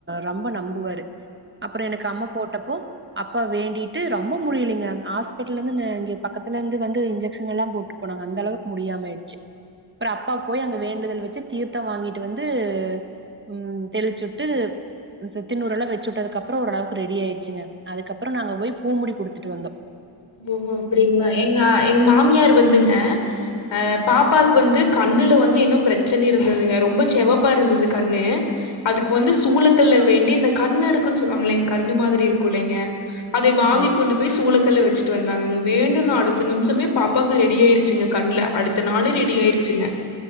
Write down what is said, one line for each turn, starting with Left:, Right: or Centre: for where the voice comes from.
Right: ரொம்ப நம்புவாரு அப்ரோ எனக்கு அம்ம போட்டப்போ அப்பா வேண்டிட்டு ரொம்ப முடியலைங் ஹாஸ்பிட்டலந்து இங்கே பக்கத்துல இருந்து வந்து இன்ஜெக்ஷன்லா போட்டு போனாங்க அந்த அளவுக்கு முடியாம அயிடு ச்சி அப்ரோ அப்பா போயி அங்க வேண்டுதல் வச்சி தீர்த்தம் வாங்கிட்டு வந்து உம் தெளிச்சி உட்டு இந் செத்திநூறு எல்லா வச்சி உட்டதுக்கு அப்ரோ ஓர் அளவு ரெடி ஆயிடுச்சிங்க அதுக்கப்புறோ நாங்க போய் பூ முடி குடுத்துட்டு வந்தோ
Left: ஓஹோ அப்பிடிங்ளா எங்க எங்க மாமியார் வந்துங்க அ பாப்பாவுக்கு வந்து கண்ணுல வந்து ஏன்னோ பேரச்சன இருந்ததுங்க ரொம்ப செவப்பா இருந்தது கண்ணு அதுக்கு வந்து சூழக்கல்ல வேண்டி இந்த கண் அடுக்குன்னு சொல்லுவாங் இல்லேங்க கண்ணு மாதிரி இருக்கு இல்லேங்க அதை வாங்கிக்
Right: ஆமாங்க.
Left: கொண்டு போயி சூளக்கல்ல வச்சுட்டு ட்டு வந்தாங்க வேண்டுன்னோ அடுத்த நிமிஷமே பாப்பாவுக்கு ரெடி ஆயிருச்சுங்க கண்ல அடுத்த நாளே ரெடி ஆயிருச்சுங்க